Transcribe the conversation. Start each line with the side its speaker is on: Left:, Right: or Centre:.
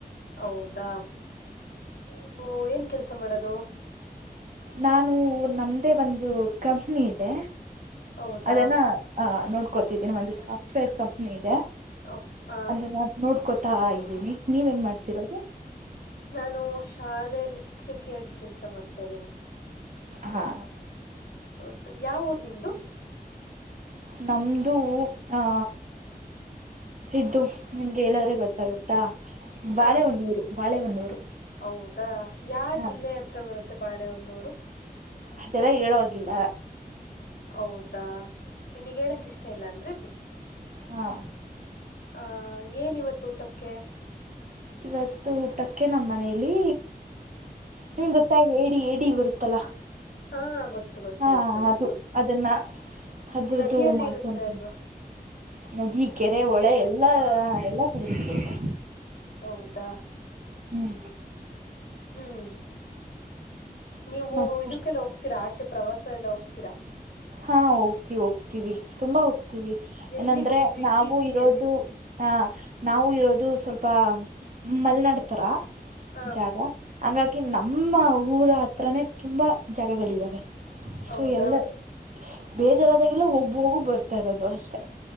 Left: ಹೌದಾ ನೀವು ಏನ್ ಕೆಲ್ಸ ಮಾಡೋದು.
Right: ನಾನು ನಮ್ದೇ ಒಂದು ಕಂಪ್ನಿ ಇದೆ
Left: ಹೌದಾ
Right: ಅದನ್ನ. ಹ ನೋಡ್ಕೋತಿದ್ದೀನ ಒಂದು ಸಾಫ್ಟ್ವೇರ್ ಕಂಪ್ನಿ ಇದೆ
Left: ಹ
Right: ಅದ. ನೋಡ್ಕೋತಾ ಇದ್ದೀನಿ ನೀವ ಏನ್ ಮಾಡ್ತಿರೋದು.
Left: ನಾನು ಶಾಲೆಯಲ್ಲಿ ಶಿಕ್ಷಕಿಯಾಗಿ ಕೆಲ್ಸ ಮಾಡ್ತಾದೀನಿ.
Right: ಹಾ
Left: ಹೌದು ಯಾವ ಊರ್ ನಿಮ್ದು.
Right: ನಮ್ದು ಹಾ. ಇದ್ದು ನಿಮ್ಗೆ ಹೇಳಿದ್ರೆ ಗೊತ್ತಾಗತ್ತಾ ಬಾಳೆ
Left: ಹ
Right: ಹೊನ್ನೂರು ಬಾಳೆಹೊನ್ನೂರು.
Left: ಹೌದಾ ಯಾವ
Right: ಹ
Left: ಜಿಲ್ಲೆ ಹತ್ರ ಬರುತ್ತೆ ಬಾಳೆಹನ್ನೂರು.
Right: ಅದೆಲ್ಲ ಹೇಳುವಾಗಿಲ್ಲ.
Left: ಹೌದಾ ನಿಮಗ್ ಹೇಳಕ್ ಇಷ್ಟ ಇಲ್ಲ ಅಂದ್ರೆ ಬಿಡ್.
Right: ಹಾ
Left: ಆ ಏನ್ ಇವತ್ತು ಊಟಕ್ಕೆ.
Right: ಇವತ್ತು ಊಟಕ್ಕೆ ನಮ್ಮ ಮನೇಲಿ ನಿಮ್ ಗೊತ್ತ. ಏಡಿ ಬರುತ್ತಲ್ಲ
Left: ಹಾ ಗೊತ್ತು ಗೊತ್ತು
Right: ಹ
Left: ಗೊತ್ತು ಗೊತ್ತು
Right: ಅದು ಅದನ್ನ. ಅದ್ರುದು
Left: ನದಿಯಲ್ಲಿ
Right: ಮಾಡ್ಕೊತೀ
Left: ಇರುತ್ತೆ ಅಲ್ವಾ
Right: ನದಿ ಕೆರೆ ಹೊಳೆ
Left: ನದ
Right: ಎಲ್ಲಾ
Left: ಹ
Right: ಎಲ್ಲ. ಕಡೆ ಸಿಗುತ್ತೆ.
Left: ಹೌದಾ
Right: ಹ್ಮ್
Left: ಹ್ಮ್ ನೀವು
Right: ಮತ್ತೆ
Left: ಇದಕ್ಕೆಲ್ಲ ಹೋಗ್ತೀರಾ ಆಚೆ ಪ್ರವಾಸ ಎಲ್ಲ ಹೋಗ್ತೀರಾ.
Right: ಹಾ ಹೋಗ್ತಿ ಹೋಗ್ತೀವಿ ತುಂಬಾ ಹೋಗ್ತೀವಿ
Left: ಎಲ್ಲಿಗ್
Right: ಏನಂದ್ರೆ
Left: ಹೋಗಿದ್ರಿ ಇತ್ತೀಚಿಗೆ
Right: ನಾವು ಇರೋದು.
Left: ಎಲ್ಲಿ
Right: ಹ ನಾವು ಇರೋದು ಸ್ವಲ್ಪ ಮಲ್ನಾಡ್ತರ
Left: ಹ
Right: ಜಾಗ. ಹಂಗಾಗಿ ನಮ್ಮ ಊರ ಹತ್ರಾನೇ ತುಂಬಾ ಜಾಗಗಳಿದಾವೆ
Left: ಹೌದಾ
Right: ಸೊ ಎಲ್ಲ. ಬೇಜಾರದಾಗೆಲ್ಲ ಹೋಗ ಹೋಗು ಬರ್ತಾ ಇರೋದು ಅಷ್ಟೆ.